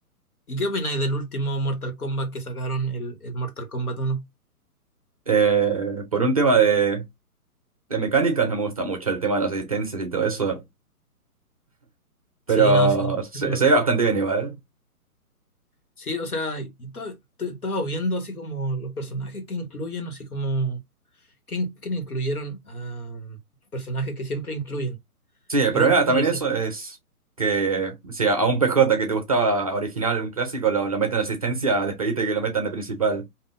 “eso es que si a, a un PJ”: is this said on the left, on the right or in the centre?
Right